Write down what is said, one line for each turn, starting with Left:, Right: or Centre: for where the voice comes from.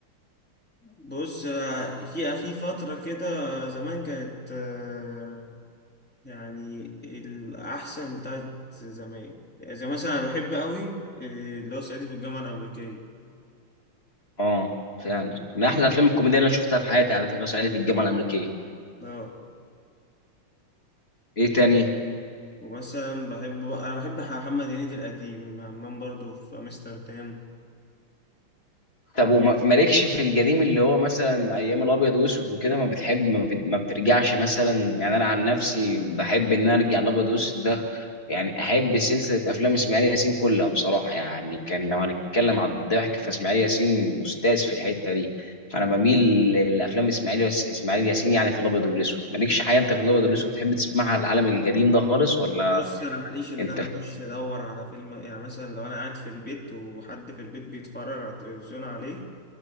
Centre: بص آه، في في فترة كده زمان كانت آه، يعني الأحسن بتاعت زمان زي مثلا أنا بحب أوي آه، اللي هو صعيدي في الجامعة الأمريكية
Left: اه فعلا من احلى الافلام الكوميديه اللي انا شفتها في حياتي على فكره صعيدي في الجامعه الامريكيه
Centre: اه
Left: ايه تاني
Centre: ومثلا بحب بقى أنا بحب محمد هنيدي القديم همام برضو في أمستردام
Left: طب وما- مالكش في القديم اللي هو مثلا ايام الابيض واسود وكده ما بتحب ما, بت... ما بترجعش مثلا يعني انا عن نفسي بحب ان انا ارجع الابيض واسود ده يعني احب سلسله افلام اسماعيل ياسين كلها بصراحه يعني كان لو هنتكلم على الضحك فاسماعيل ياسين استاذ في الحته دي انا بميل لافلام اسماعيل ياس... اسماعيل ياسين يعني في الابيض والاسود مالكش حاجه انت في الابيض والاسود تحب تسمعها على العالم القديم ده خالص ولا
Centre: بص أنا ماليش اللي
Left: انت
Centre: أنا
Left: في...
Centre: أخش أدور على فيلم يعني مثلا لو أنا قاعد في البيت وحد في البيت بيتفرج على التلفزيون عليه